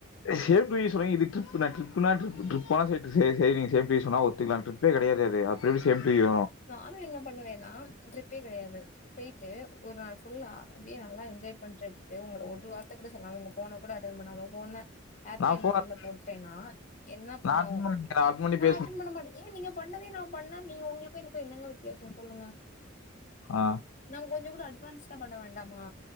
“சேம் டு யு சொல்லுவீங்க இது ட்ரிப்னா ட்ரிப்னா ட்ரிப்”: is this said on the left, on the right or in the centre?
Left